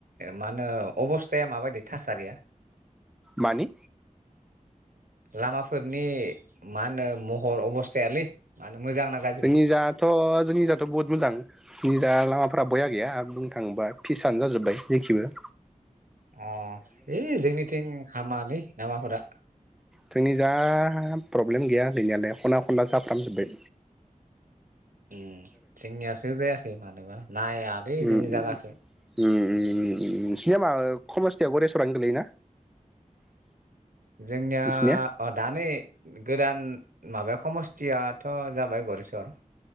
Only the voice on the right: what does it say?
मा होनो अबस्थाया माबायदि थासारिया
लामाफोरनि मा होनो महर अबस्थायालै होनो मा मोजां ना गाज्रि
आ इ जोंनिथिं हामालै लामाफोरा
उम जोंनियासो जाया खै मानोबा नायालै
जोंनि
जागाखो
जोंनिया
ओ दानि गोदान माबाया खमस्थियाथ' जाबाय गरेस्वर